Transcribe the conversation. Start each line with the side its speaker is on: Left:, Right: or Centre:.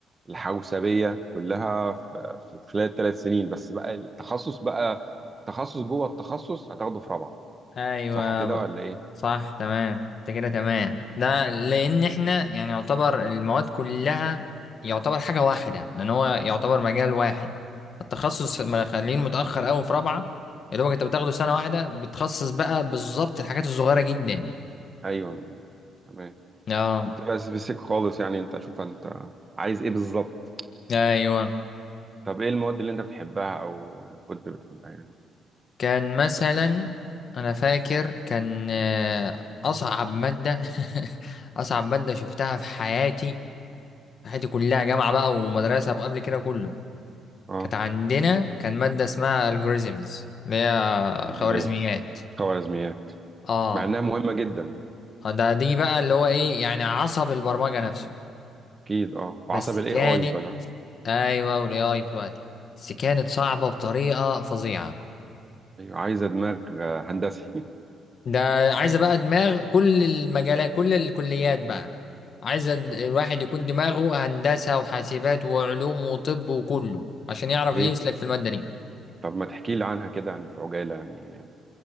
Right: الحوسبية كلها في في خلال الثلاث سنين بس بقى التخصص بقى تخصص جوه التخصص هتاخده في رابعة
Left: أيوة
Right: صح كده ولا ايه
Left: صح تمام انت كده تمام ده لان احنا يعني يعتبر المواد كلها يعتبر حاجة واحدة لان هو يعتبر مجال واحد التخصص مخلينه متأخر قوي في رابعة يا دوبك انت بتاخده سنة واحدة بتخصص بقى بالظبط الحاجات الصغيرة جدا
Right: ايوه تمام
Left: اه
Right: بتبقى سبيسيك خالص يعني انت شوف انت عايز ايه بالظبط
Left: ايوه
Right: طب ايه المواد اللي انت بتحبها او كنت بتحبها يعني
Left: كان مثلا انا فاكر كان آه، اصعب مادة <laughs> اصعب مادة شفتها في حياتي حياتي كلها جامعة بقى ومدرسة وقبل كده كله
Right: اه
Left: كانت عندنا كان مادة اسمها algorithms اللي هي
Right: الجوريزم
Left: خوارزميات
Right: خوارزميات
Left: اه
Right: مع انها مهمه جدا يعني
Left: آه، ده دي بقى اللي هو ايه يعني عصب البرمجة نفسه
Right: اكيد اه وعصب
Left: بس
Right: الاي
Left: كانت
Right: اي دلوقتي
Left: ايوه والاي اي دلوقتي بس كانت صعبة بطريقة فظيعة
Right: ايوه عايزه دماغ آه، هندسي
Left: ده عايزة بقى دماغ كل المجالات كل الكليات بقى عايزة د-
Right: <laughs> اه
Left: الواحد يكون دماغه هندسة وحاسبات وعلوم وطب وكله عشان يعرف
Right: ليه
Left: يمسلك في المادة دي
Right: طب ما تحكي لي عنها كده يعني في عجاله يعني